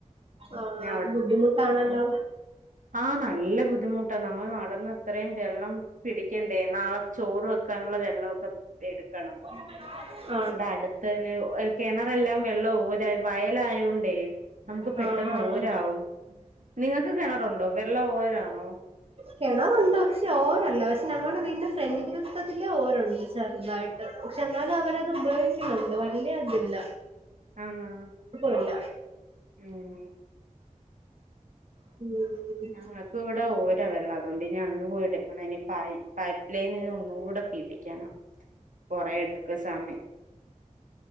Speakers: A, on the right (about 45°); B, on the right (about 80°).
A: ആഹ്
B: പിന്നെ
A: അത് ബുദ്ധിമുട്ടാണല്ലോ
B: ആഹ് നല്ല ബുദ്ധിമുട്ടാ നമ്മള് നടന്ന് ത്രയും വെള്ളം പിടിക്കണ്ടേ നാളെ ചോറ് വെക്കാനുള്ള വെള്ളവൊക്കെ എടുക്കണം
A: <inaudible>
B: വ്ടെ അടുത്ത്തന്നെ ഉ കിണറെല്ലാം വെള്ളവും ഓരായി വയലായോണ്ടേയ് നമുക്ക് പെട്ടെന്ന്
A: ആഹ് ആഹ്
B: ഓരാവും നിങ്ങക്ക് കെണറുണ്ടോ വെള്ളം ഓരാണോ?
A: കെണറുണ്ട് പക്ഷെ ഓരല്ല പക്ഷെ ഞങ്ങടെ വീടിന്റെ ഫ്രണ്ട്ൽത്തതില് ഓരുണ്ട് ചെറുതായിട്ട് പക്ഷെ എന്നാലും അവരത് ഉപയോഗിക്കുന്നുണ്ട് വല്ല്യ അതില്ല
B: ആന്നാ
A: ഒന്നുല്ല
B: ഉം
A: <inaudible>
B: ഞങ്ങക്ക് ഇവിടെ ഓരാ വെള്ളം അതുകൊണ്ട് ഇനി അങ്ങ് പോയെടുക്കണം ഇനി പൈ പൈപ്പ് ലൈൻ ന് ഒന്നു കൂടെ പി ടിക്കണം കൊറേ എടുക്ക് സമ